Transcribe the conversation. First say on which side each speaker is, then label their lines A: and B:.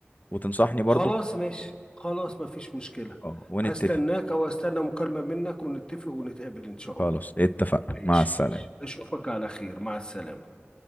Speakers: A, on the left; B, on the left.
A: وتنصحني برضو
B: خلاص ماشي خلاص مفيش مشكلة
A: اه ونتفق
B: هستناك او استنى مكالمة منك ونتفق ونتقابل ان شاء
A: خلاص
B: الله
A: اتفقنا
B: ماشي
A: مع السلامة
B: ماشي أشوفك على خير مع السلامة